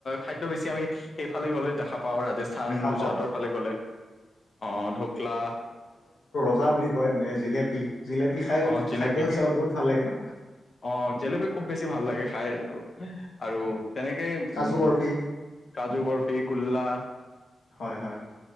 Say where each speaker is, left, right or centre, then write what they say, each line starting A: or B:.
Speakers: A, on the left; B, on the left.
A: খাদ্য বেছি আমি সেইফালে গ'লে দেখা পাওঁ ৰাজস্থান,
B: দেখা
A: গুজৰাটৰ
B: পাওঁ
A: ফালে গ'লে আহ ঢকলা।
B: ভজা বুলি কয় মে' জেলেপি। জিলেপি খাই
A: অ জিলেপি
B: খাদ্য হিচাপত বহুত ভাল লাগে নে।
A: অ জেলেপি খুব বেছি ভাল লাগে খাই আৰু তেনেকে উ।
B: কাজু বৰফি
A: কাজু বৰ্ফি গল্লা।
B: হয়,